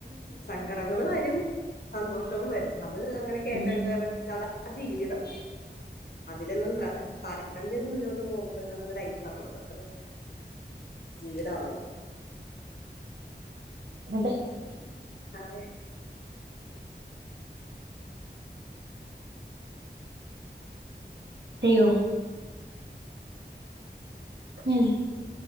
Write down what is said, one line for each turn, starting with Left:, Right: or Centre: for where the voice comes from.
Left: സങ്കടങ്ങള് വരും സന്തോഷവും വരും അത് അങ്ങനെ കേയറ്റ
Right: ഉം.
Left: കേറ അതാ ജീവിതം അതിലൊന്നും തരണം ചെയ്ത് മുന്നോട്ട് പോകുമ്പോഴാണ് അത് ലൈഫ് ആവണത് അത്രള്ളൂ ജീവിതാവണം
Right: എന്നിട്ട്
Left: അതെ
Right: അയ്യോ ഉം